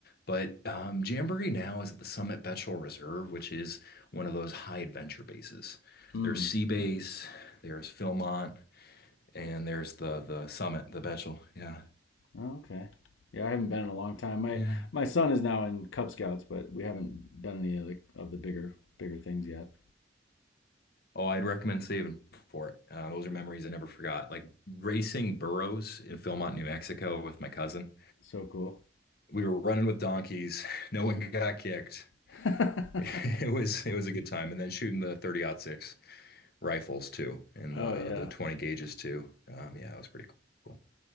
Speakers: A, on the left; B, on the left.
A: But um, Jamboree now is at the Summit Betchel Reserve, which is one of those high adventure bases.
B: Hmm.
A: There's Sea Base, there's Philmont, and there's the the Summit, the Betchel. Yeah.
B: Oh, okay. Yeah, I haven't been in a long time. My
A: Yeah.
B: my son is now in Cub Scouts, but we haven't done any of the of the bigger bigger things yet.
A: Oh, I'd recommend saving for it. Uh, those are memories I never forgot. Like racing burros in Philmont, New Mexico with my cousin.
B: So cool.
A: We were running with donkeys. <laughs> No one got kicked. <laughs>
B: <laughs>
A: It was it was a good time. And then shooting the 30-06 rifles too, and the
B: oh yeah,
A: the 20 gauges too. Um, yeah, it was pretty cool.